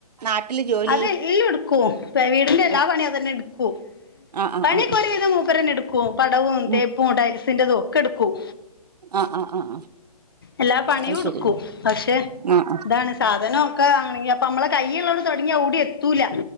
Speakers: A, on the right; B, on the left.
A: നാട്ടില് ജോലി
B: അത് ല്ല് ട്ക്കും പെ വീടിന്റെ എല്ലാ
A: ആഹ്
B: പണിയും അതെന്നെ ഇട്ക്കും
A: ആഹ് ആഹ്
B: പണിയൊക്കെ
A: ആഹ് ആഹ്
B: ഒരു വിധം മൂപ്പരെന്നെട് കൊ പടവും
A: ഉം
B: തേപ്പും ടയിൽസ്ന്റതും ഒക്കെട്ക്കും
A: ആഹ് ആഹ് ആഹ്
B: എല്ലാ പണിയും
A: അത് ശരി
B: ട്ക്കും പക്ഷെ
A: ആഹ് ആഹ്
B: ഇതാണ് സാധനം ഒക്കെ വാങ്ങണെങ്കി അപ്പൊ നമ്മളെ കയ്യിള്ളോണ്ട് തൊടങ്യാ എവടെത്തൂല